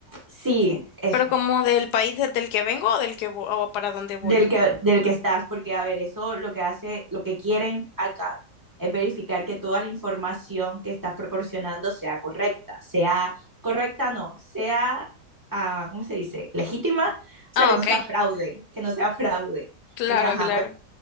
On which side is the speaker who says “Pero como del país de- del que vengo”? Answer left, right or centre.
Left